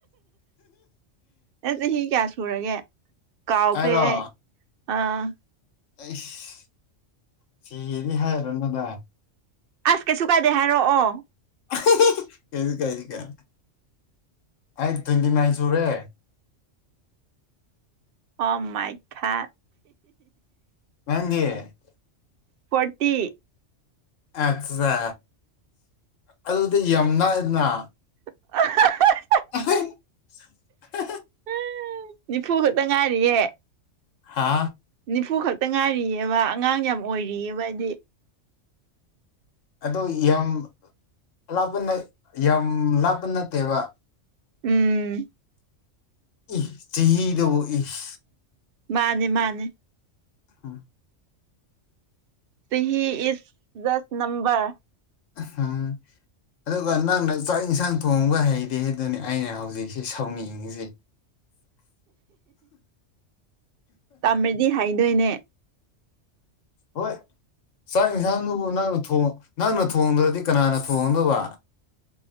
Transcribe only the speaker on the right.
ꯑꯦꯁ ꯆꯍꯤ ꯀꯌꯥ ꯁꯨꯔꯒꯦ ꯀꯥꯎꯈ꯭ꯔꯦ
ꯑꯥ
ꯑꯁ ꯀꯩꯁꯨ ꯀꯥꯏꯗꯦ ꯍꯥꯏꯔꯛꯑꯣ
ꯑꯣ ꯃꯥꯏꯈꯥ
ꯐꯇꯤ
<unintelligible>
ꯎ ꯅꯤꯐꯨ ꯈꯛꯇ ꯉꯥꯏꯔꯤꯌꯦꯦ
ꯅꯤꯐꯨ ꯈꯛꯇ ꯛꯇ ꯉꯥꯏꯔꯤꯑꯕ ꯑꯉꯥꯡ ꯌꯥꯝ ꯑꯣꯏꯔꯤꯑꯕ ꯍꯥꯏꯗꯤ
ꯎꯝ
ꯃꯥꯅꯦ ꯃꯥꯅꯦ
ꯆꯍꯤꯍꯤ ꯏꯁ ꯗꯁ ꯅꯝꯝꯕꯔ
ꯇꯝꯃꯗꯤ ꯍꯥꯏꯗꯣꯏꯅꯦ